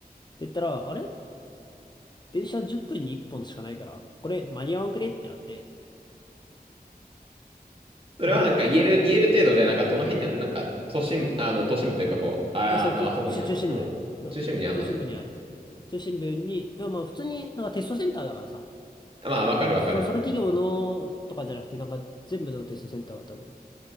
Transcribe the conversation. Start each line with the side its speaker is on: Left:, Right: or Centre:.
Left: 言ったら、あれ電車10分に1本しかないから、これ間に合わんくねってなって、
Right: それはなんか言える、
Left: <laughs>
Right: 言える程度で、なんかどの辺にあるのなんか、都心、あの、都心部というかこう、あ、
Left: あ、そう、
Right: あの、
Left: 中、
Right: あそこにあるの。
Left: 中中心部。
Right: もうん、
Left: そう、
Right: 中心部にあるのね。
Left: 中心部にある。中心部に、いや、まあ普通になんかテストセンターだからさ、
Right: まあ、わかるわかる。
Left: あの、そ、そその企業のとかじゃなくて、なんか全部のテストセンターは多分、